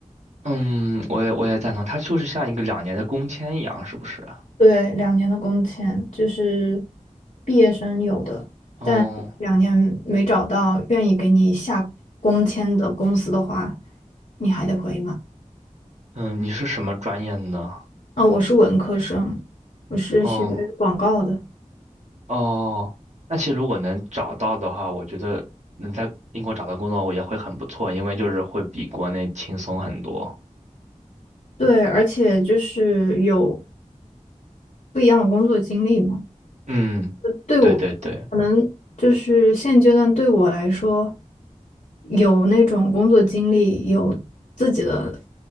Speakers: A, on the right; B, on the left.
A: 嗯，我也我也赞同，它就是像一个两年的工签一样，是不是？
B: 对，两年的工签就是毕业生有的，
A: 哦，
B: 但两年没找到愿意给你下工签的公司的话，你还得回嘛。
A: 嗯，你是什么专业呢？
B: 哦，我是文科生，我是学广告的，
A: 哦哦，那其实如果能找到的话，我觉得能在英国找到工作也会很不错，因为就是会比国内轻松很多。
B: 对，而且就是有不一样的工作经历嘛。
A: 嗯，
B: 对我，
A: 对对对
B: 可能就是现阶段对我来说，有那种工作经历，有自己的